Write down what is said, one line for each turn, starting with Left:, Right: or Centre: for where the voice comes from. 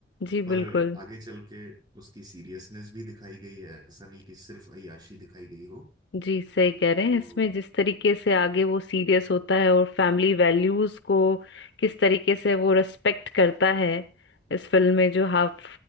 Left: जी
Right: पर
Left: बिल्कुल
Right: आगे चल के उसकी सीरियसनेस भी दिखाई गई है ऐसा नहीं कि सिर्फ अय्याशी दिखाई गई हो
Left: जी सही कह रहे
Right: तो
Left: हैं इसमें जिस तरीके से आगे वो सीरियस होता है और फैमिली वैल्यूज को किस तरीके से वो रेस्पेक्ट करता है इस फिल्म में जो हाफ